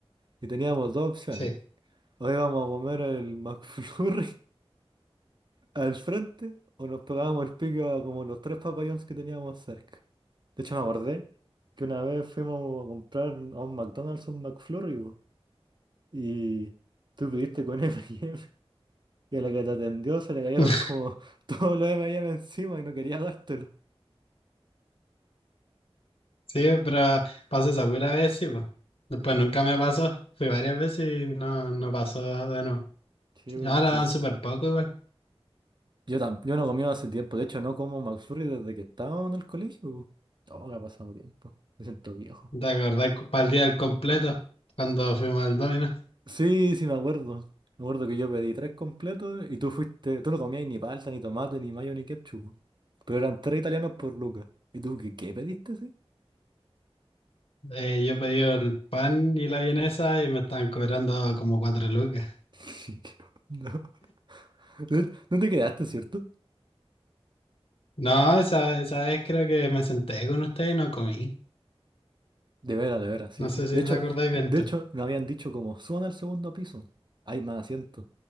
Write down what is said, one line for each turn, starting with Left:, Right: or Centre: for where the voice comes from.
Right: y teníamos dos opciones,
Left: sí.
Right: o íbamos a comer el <laughs> McFlurry al frente o nos pegábamos el pico a como los tres papayons que teníamos cerca. De hecho, me acordé que una vez fuimos a comprar a un McDonald's un McFlurry po, y tú pidiste con <laughs> M&M y eme y a la que te atendió se le cayeron
Left: <laughs>
Right: como <laughs> todos los M&M encima y no quería dártelo.
Left: Sí, pero pasó esa pura vez, sí, pues. Después nunca me pasó. Fui varias veces y no, no pasó de nuevo.
Right: Sí, pero
Left: Ahora
Right: es que
Left: dan súper poco igual.
Right: yo, tam- yo no comía hace tiempo. De hecho, no como McFlurry desde que estaba en el colegio. po. Oh, que ha pasado tiempo. Me siento viejo.
Left: ¿Te acordás cu- para el día del completo? Cuando fuimos al Domino,
Right: Sí, sí, me acuerdo. Me acuerdo que yo pedí tres completos y tú fuiste. Tú no comías ni palta, ni tomate, ni mayo, ni ketchup. po. Pero eran tres italianos por lucas. ¿Y tú qué, qué pediste, sí?
Left: Eh, yo pedí el pan y la vienesa y me estaban cobrando como cuatro lucas.
Right: <laughs> ¿Qué onda? No, no te quedaste, ¿cierto?
Left: No, esa, esa vez creo que me senté con usted y no comí.
Right: De veras, de veras, sí,
Left: No
Right: sí.
Left: sé si
Right: De hecho,
Left: te acordáis
Right: de
Left: bien tú.
Right: hecho, nos habían dicho como, suban al segundo piso. Hay más asientos.